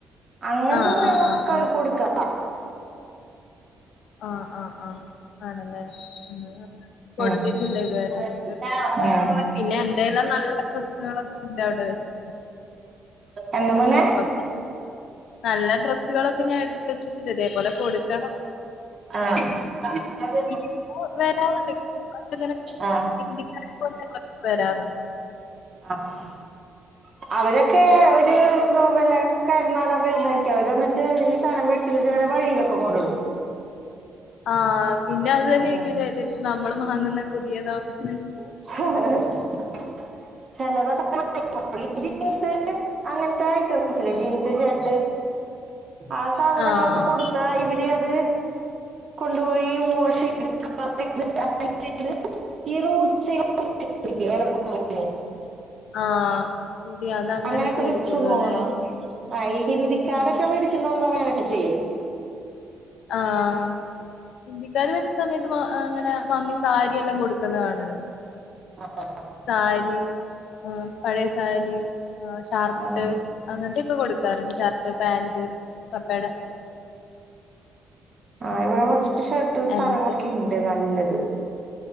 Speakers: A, on the right; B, on the left.
A: അങ്ങനത്തെ
B: ആഹ്
A: തുണികളൊക്കെ
B: ആഹ് ആഹ്
A: അവർക്ക്‌ കൊടുക്ക.
B: ആഹ്, ആഹ്, ആഹ് ആണല്ലേ എന്ന കൊടുത്തിട്ടില്ല
A: ഉം
B: ഇതുവരെ
A: ഉം
B: അതുകൊണ്ട്. പിന്നെ എന്തെല്ലാം നല്ല ഡ്രസ്സുകളൊക്കെ ഉണ്ട് അവിടെ വെച്ച.
A: എന്താ മോനെ.
B: തന്നെ നല്ല ഡ്രസ്സുകളൊക്കെ ഞാൻ എടുത്ത് വച്ചിട്ടുണ്ട് ഇതേപോലെ കൊടുക്കണം.
A: ആഹ്. <unintelligible>
B: <unintelligible> വരാറുണ്ട് ങ്ങന <unintelligible>
A: ആഹ്
B: ഹിന്ദിക്കാരെ പോലത്തെ <unintelligible> വരാറുണ്ട്.
A: ആഹ്, ആഹ് അവരൊക്കെ
B: ഉം
A: ഒരു എന്തോ വല്ല. കർണാട <unintelligible> അവര് വന്നിട്ട് ഈ സാധനം മെടിച്ചിട്ട് ഇവരെ വഴിയിലൊക്കെ കൊണ്ടുടും.
B: ആഹ് പിന്ന അത് തന്നെയിരിക്കും
A: ഉം
B: ചാ തിരിച് നമ്മളും വാങ്ങുന്ന പുതിയതാവുന്ന് വെച്ച്.
A: <unintelligible> ജീൻസ് അങ്ങനത്തെ അയിറ്റം. ജീൻസ് ഷർട്ട് ആ സാധനങ്ങളൊക്കെ
B: ആഹ്
A: കൊടു ത്ത ഇവര് അത് കൊണ്ടുപോയി വാഷെയ്തു <unintelligible> ഈ <unintelligible> <unintelligible>
B: ആഹ്. ശരി അത് അങ്ങനത്തെ
A: അങ്ങനെയൊക്കെ
B: ആയിരിക്കല്ലോ
A: വിറ്റു തോന്നണോ
B: അല്ലേ
A: ആ ഈ ഹിന്ദിക്കാരൊക്കെ
B: ഉം
A: മേടിച്ചി <unintelligible> ചെയ്യും.
B: ആഹ്. ഹിന്ദിക്കാര് വരുന്ന സമയത്ത് അങ്ങനെ മമ്മി സാരിയെല്ലാം കൊടുക്കുന്ന കാണൽണ്ട്.
A: ആഹ്.
B: സാരി ആഹ് പഴയ സാരി ഷർട്ട്
A: ആ
B: അങ്ങനത്തെയൊക്കെ കൊടുക്കാറുണ്ട് ഷർട്ട് പാന്റ് പപ്പടെ
A: ആഹ് ഇവിടെ കൊറച്ച് ഷർട്ട് സാനങ്ങളൊക്കെ
B: എന്റെ
A: ഇണ്ട് നല്ലത്